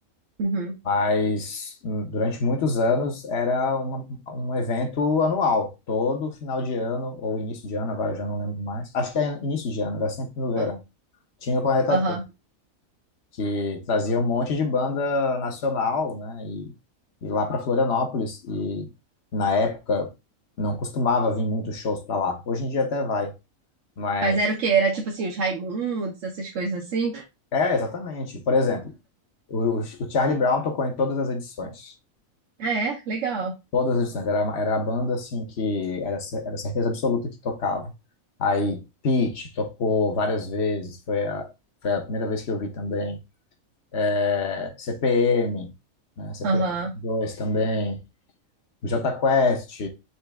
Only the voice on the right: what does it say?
Uhum.
Ah,
Aham.
Mas era o quê? Era tipo assim, os Raimundos, essas coisas assim?
Ah, é? Legal.
Aham.